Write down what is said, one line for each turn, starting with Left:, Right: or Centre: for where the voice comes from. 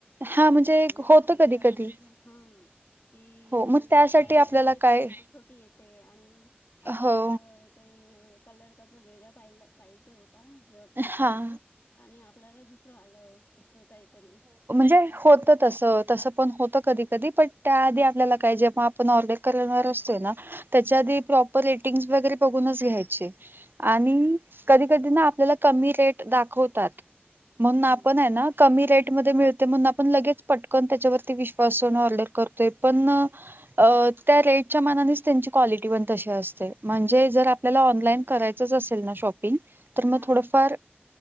Right: हा म्हणजे
Left: काय ड्रेसेस
Right: होत
Left: वगैरे
Right: कधी कधी
Left: मागितलं हा कि
Right: हो मग
Left: म्हणजे
Right: त्यासाठी
Left: साईज
Right: आपल्याला
Left: मोठी
Right: काय
Left: पाहिजे तर छोटी येते आणि आपल्याला
Right: हो
Left: काही कलर कसा वेगळा पाहिजे होता, फोटोमध्ये
Right: हा
Left: आणि आपल्याला दुसरं आलं असं काहीतरी.
Right: ते होत तस. तसं पण होत कधी कधी, पण त्या आधी आपल्याला काय जे आपण ऑर्डर करणार असतोय ना?
Left: हम्म
Right: त्याच्या आधी प्रॉपर रेटिंग् वगैरे बघूनच घ्यायचे. आणि कधी कधी ना आपल्याला कमी रेट दाखवतात म्हणून
Left: हम्म
Right: कमी रेट मद्ये मिळतंय म्हणून आपण लगेच पटक त्याच्यावर विश्वास ठेवून ऑर्डर करतोय. पण अ. त्या रेटच्या मनानेच त्यांची क्वालिटी पण तशी असते म्हणजे जर आपल्याला ऑनलाईन करायचंच असेल ना शॉप मग
Left: हा
Right: थोडफार